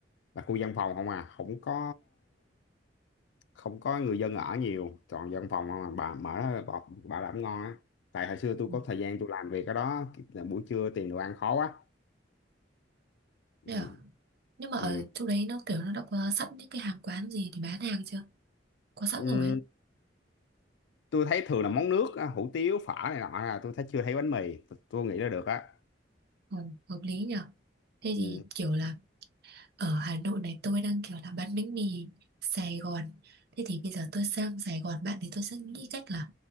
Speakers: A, on the left; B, on the right.
A: là khu dân phòng không à không có không có người dân ở nhiều toàn dân phòng không à bà mở đó bà, bà làm ngon á tại hồi xưa tôi
B: Ừ.
A: có thời gian tôi làm việc ở đó là buổi trưa tìm đồ ăn khó quá ừ.
B: Đấy à? Nhưng mà ở
A: Ừ.
B: chỗ đấy nó kiểu nó đã có sẵn những cái hàng quán gì thì bán hàng chưa? có sẵn
A: Ừ.
B: rồi ấy.
A: tôi thấy thường là món nước á, hủ tiếu phở này nọ là tôi thấy chưa thấy bánh mì tôi nghĩ là được á
B: Ừ, hợp lý nhở thế
A: ừ.
B: thì kiểu là ở Hà Nội này tôi đang kiểu là bán bánh mì Sài Gòn thế thì bây giờ tôi sang Sài Gòn bạn thì tôi sẽ nghĩ cách là